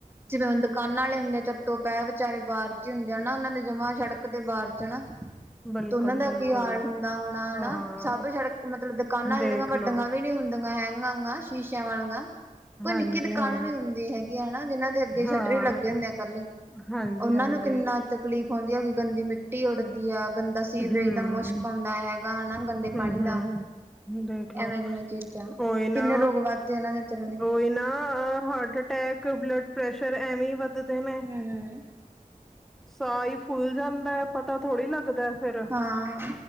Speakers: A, on the right (about 15°); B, in the centre.
A: ਜਿਵੇਂ ਹੁਣ ਦੁਕਾਨ ਵਾਲੇ ਹੁੰਦੇ ਚੱਤ ਤੋਂ ਪੈ ਵਿੱਚ ਬ ਵਿਚਾਰੇ ਬਾਹਰ ਚ ਹੀ ਹੁੰਦੇ ਆ ਨਾ ਉਹਨਾਂ ਦੇ ਜਮਾ ਸੜਕ ਤੇ ਬਾਹਰ ਚ ਨਾ ਤੇ
B: ਬਿਲਕੁਲ
A: ਉਹਨਾਂ ਦਾ
B: ਬਿਲਕੁਲ
A: ਕੀ ਹਾਲ ਹੁੰਦਾ ਹੋਣਾ
B: ਹਾਂ
A: ਹਨਾ ਸਭ ਸੜਕ ਮਤਲਬ ਦੁਕਾਨਾਂ
B: ਦੇਖਲੋ
A: ਜਿਹੜੀਆਂ ਵੱਡੀਆਂ ਵੀ ਨੀ ਹੁੰਦੀਆਂ ਹੈਗ ਸ਼ੀਸ਼ਿਆਂ ਵਾਲੀਆਂ ਕੋਈ
B: ਹਾਂਜੀ
A: ਨਿੱਕੀ ਦੁਕਾਨ
B: ਹਾਂਜੀ
A: ਵੀ ਹੁੰਦੀ ਹੈਗੀ ਹੈਾ ਜਿਨਾਂ ਦੇ ਅੱਗੇ
B: ਹਾਂ
A: ਸ਼ਟਰੀ ਲੱਗੇ ਹੁੰਦੇ ਆ ਇਕੱਲੇ
B: ਹਾਂਜੀ,
A: ਉਹਨਾਂ
B: ਹਾਂਜੀ।
A: ਨੂੰ ਕਿੰਨਾ ਤਕਲੀਫ਼ ਹੂੰਦੀ ਐ, ਕਿ ਗੰਦੀ ਮਿੱਟੀ ਉੱਡਦੀ ਆ ਗੰਦੀ, ਦਾ ਸੀਵਰੇਜ
B: ਹਮ
A: ਦਾ ਮੁਸ਼ਕ ਆਦਾ ਹੈਗਾ ਹਨਾ, ਗੰਦੇ
B: ਹੂੰ-ਹੂੰ
A: ਪਾਣੀ ਦਾ,
B: ਦੇਖਲੋ
A: ਐਵੇਂ ਦੀਆਂ ਚੀਜ਼ਾਂ
B: ਓ ਇਹ ਨਾ
A: ਕਿੰਨੇ ਰੋਗ ਵੱਧਦੇ ਉਹਨਾਂ ਦੇ ਵਿਚਾਰਿਆਂ ਦੇ
B: ਓ ਨਾ ਹਾਰਟ ਅਟੈਕ ਬਲੱਡ ਪ੍ਰੈਸ਼ਰ ਐਵੇਂ ਵੱਧਦੇ ਨੇ
A: ਹਮ ਹਮ
B: ਸਾਹ ਹੀ ਫੁੱਲ ਜਾਂਦਾ ਹੈ ਪਤਾ ਥੋੜ੍ਹੀ ਲੱਗਦਾ ਫਿਰ
A: ਹਾਂ